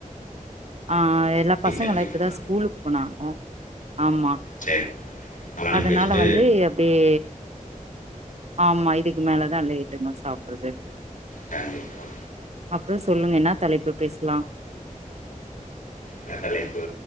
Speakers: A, on the right; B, on the left.
A: ஆ எல்லா
B: இட்லி
A: பசங்கலா
B: சட்னிங்களா
A: இப்பதா ஸ்கூலுக்கு போனாங்கோ ஆமா
B: சரி அதெல்லாம் அனுப்பி
A: அதனால
B: வச்சுட்டு
A: வந்து அப்டியே ஆமா இதுக்கு மேலதா லேட்டுங்க சாப்பறது
B: கண்டிப்பா
A: அப்புறோ சொல்லுங்க என்னா தலைப்பு பேசலா
B: என்னா தலைப்பு